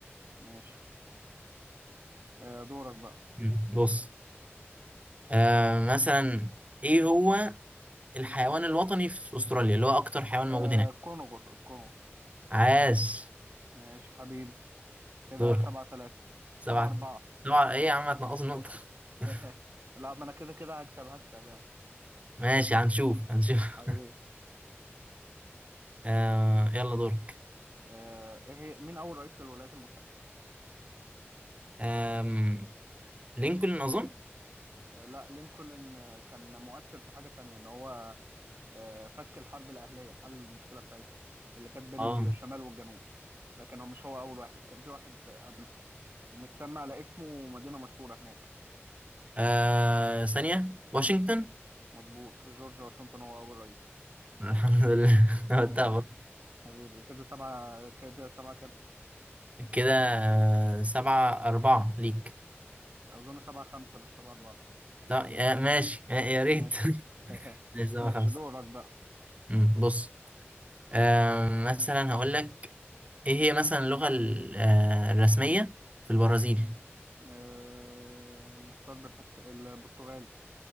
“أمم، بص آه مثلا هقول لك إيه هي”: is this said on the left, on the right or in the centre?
Right